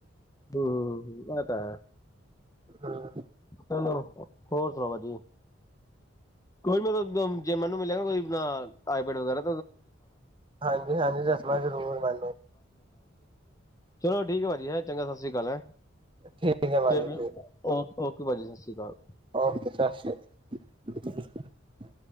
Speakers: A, on the left; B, on the right.
A: ਹਮ ਆ ਤਾਂ
B: ਹੂੰ
A: ਹੋਰ ਸੁਣਾਓ ਜੀ ਕੋਈ ਨਹੀਂ ਜੇ ਮੈਨੂੰ ਮਿਲਿਆਗਾ ਨਾ ਕੋਈ ਆਈਪੈਡ ਵਗੈਰਾ
B: ਹਾਂਜੀ-ਹਾਂਜੀ ਦੱਸਣਾ ਜ਼ਰੂਰ ਮੈਨੂੰ
A: ਚਲੋ ਠੀਕ ਹੈ ਭਾਜੀ ਹੈ ਚੰਗਾ ਸਤਿ ਸ੍ਰੀ ਅਕਾਲ ਹੈ
B: ਠੀਕ ਹੈ ਭਾਜੀ
A: ਫਿਰ
B: ਠੀਕ
A: ਓਕੇ ਭਾਅਜੀ ਸਤਿ ਸ਼੍ਰੀ ਅਕਾਲ
B: ਓਕੇ ਸਤਿ ਸ਼੍ਰੀ ਅਕਾਲ। <inaudible>